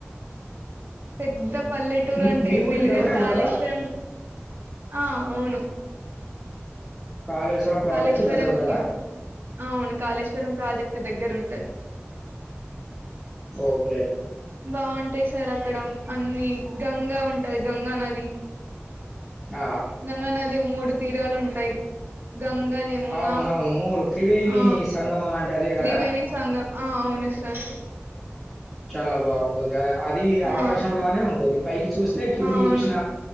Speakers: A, on the right; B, in the centre.
A: పెద్ద పల్లెటూరు
B: మీ
A: అంటే
B: మీ
A: ఏం
B: ఊరికి
A: తెలిదు
B: దగ్గరే
A: కాని
B: ఉంటదా?
A: కాళేశ్వరం ఆ అవును
B: కాళేశ్వరం ప్రాజెక్టు
A: కాళేశ్వరం
B: దగ్గర ఉంటదా?
A: కి అవును కాళేశ్వరం ప్రాజెక్ట్ దగ్గర ఉంట టది
B: ఓకే.
A: బాగుంటాయి సార్ అ అక్కడ అనన్నీ గంగా ఉంటది గంగా నది
B: ఆ!
A: గంగా నది మూడు తీరాలు ఉంటాయి గంగా యమునా
B: అవునవును. త్రివేణి
A: ఆ
B: సంగమం అంటే అదే
A: త్రివేణి
B: గదా!
A: సంగం ఆ అవును సార్
B: చాలా బాగుంటుంది అది
A: ఆ
B: ఆకాశం లానే ఉంటుంది పైకి చూస్తే కిందికి
A: అవును
B: చూసిన